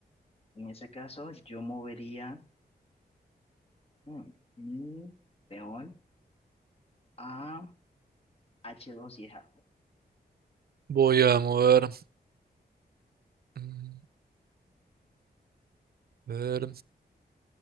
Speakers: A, on the left (about 35°); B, on the right (about 70°).
A: En ese caso, yo movería Mm, mm, León a H2 y es algo.
B: Voy a mover... mm, a ver.